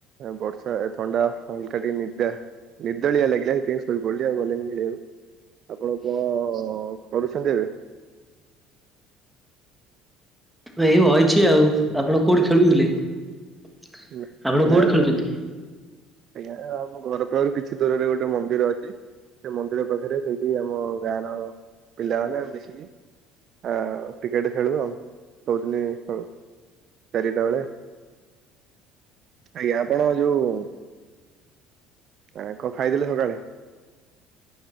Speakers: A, on the right (about 55°); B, in the centre.
A: ବର୍ଷା ଥଣ୍ଡା ହାଲକା ଟିକେ ନିଦା ନିଦଳିଆ ଲାଗିଲା ସେଥିପାଇଁସୋଇ ପଡିଲି ଆଉ ଗଲିଣିି ଖଳିବାକୁ। ଆପଣ କଣ ପଢ଼ୁଛନ୍ତି ଏବେ?
B: ଏଇ ବଇଚି ଆଉ। ଆପଣ କଉଠି ଖେଳୁଥିଲେ ଆପଣ
A: ନାଇଁ
B: କୋଉଠି
A: ମୁଁ
B: ଖେଳୁଛନ୍ତି?
A: ଆଜ୍ଞା ଆମ ଘର ପାଖରୁ କିଛି ଦୂରରେ ଗୋଟେ ମନ୍ଦିର ଅଛି। ସେ ମନ୍ଦିର ପାଖରେ ସେଇଠି ଆମ ଗାଁ ର ପିଲାମାନେ ମିଶିକି ଆ ଟିକେଟ ଖେଳୁ ଆଉ ସବୁଦିନ ଖେଳୁ। ଚାରିଟା ବେଳେ ଆଜ୍ଞା ଆପଣ ଯୋଉ ଆ କଣ ଖାଇଥିଲେ ସକାଳେ?